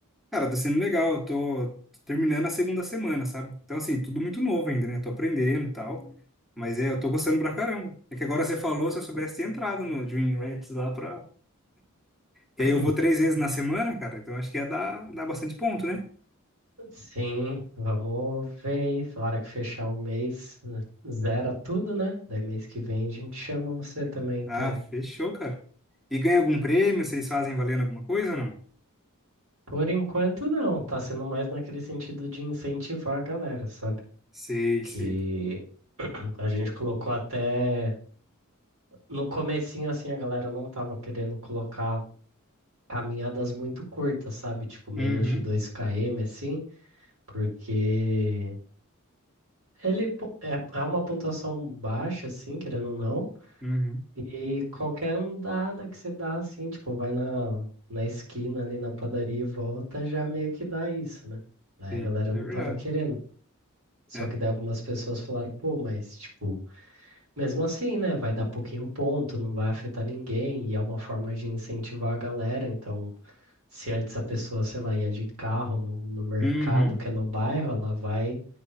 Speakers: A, in the centre; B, on the right (about 70°).
A: Cara, tá sendo legal, eu tô terminando a segunda semana, sabe? Então, assim, tudo muito novo ainda, né? Tô aprendendo e tal. Mas é, eu tô gostando pra caramba. É que agora você falou, se eu soubesse ter entrado no Dream Rats lá pra. Que
B: <clears throat>
A: aí eu vou três vezes na semana, cara, então acho que ia dar, dar bastante ponto, né?
B: Sim, vamos ver aí. Na hora que fechar o mês, né, zera tudo, né? Daí mês que vem a gente chama você também, então.
A: Ah, fechou, cara. E ganha algum prêmio? Vocês fazem valendo alguma coisa ou não?
B: Por enquanto, não. Tá sendo mais naquele sentido de incentivar a galera, sabe?
A: Sei,
B: Que
A: sei.
B: <clears throat> a gente colocou até no comecinho, assim, a galera não tava querendo colocar caminhadas muito curtas, sabe? Tipo, menos
A: Uhum,
B: de 2 km, assim, porque ele po- é é uma pontuação baixa, assim, querendo ou não,
A: uhum.
B: e qualquer andada que você dá, assim, tipo, vai na, na esquina ali na padaria e volta, já meio que dá isso, né? Daí
A: Sim,
B: a galera
A: é
B: não
A: verdade.
B: tava querendo. Só
A: É.
B: que daí algumas pessoas falaram, pô, mas tipo, mesmo assim, né? Vai dar pouquinho ponto, não vai afetar ninguém, e é uma forma de incentivar a galera. Então, se antes a pessoa, sei lá, ia de carro no, no mercado,
A: Uhum,
B: que é no bairro, ela vai